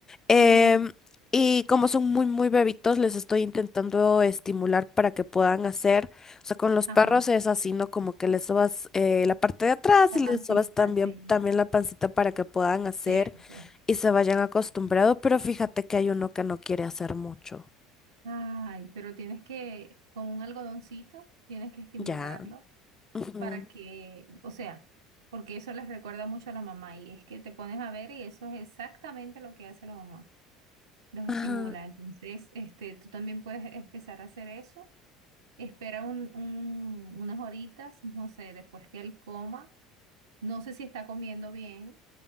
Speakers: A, on the left; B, on the right.
A: Em,
B: Ujú.
A: y como son muy, muy bebitos, les estoy intentando estimular para que puedan hacer, o sea, con los
B: Ajá.
A: perros es así, ¿no? Como que les sobas eh, la parte de atrás
B: La
A: y
B: pancita,
A: les sobas también,
B: sí.
A: también la pancita para que puedan hacer
B: Cierto.
A: y se vayan acostumbrados, pero fíjate que hay uno que no quiere hacer mucho.
B: Ay, pero tienes que, con un algodoncito, tienes que estimularlo
A: Ya. ujú,
B: para que, o sea, porque eso les recuerda mucho a la mamá y es que te pones a ver y eso es exactamente lo que hace la mamá, los
A: ajá.
B: estimula. Entonces, este, tú también puedes empezar a hacer eso. Espera un, un- unas horitas, no sé, después que él coma. No sé si está comiendo bien,